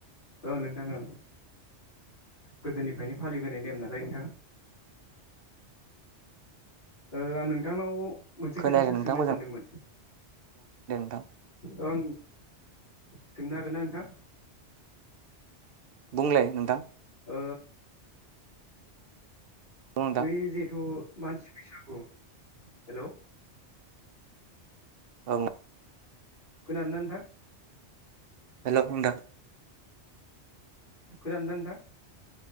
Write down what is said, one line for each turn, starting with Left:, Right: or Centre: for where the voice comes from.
Left: औ नोंथां ओं गोदोनिफ्रायनो फालिबोनाय नेम नालाय नोंथां। ओ आं नोंथांनाव मोनसे
Right: खोनायाखै
Left: खोथासो
Right: नोंथां
Left: सोंनो सानदोंमोन।
Right: दा
Left: औ आं सोंनो हागोनना नोंथां?
Right: बुंलाय नोंथां।
Left: ओ
Right: औ नोंथां
Left: बै जिहेथु मानसि बैसागु हेल।
Right: ओं।
Left: खोनादों ना नोंथां?
Right: हेल बुंदा <inaudible>
Left: खोनादों ना नोंथां?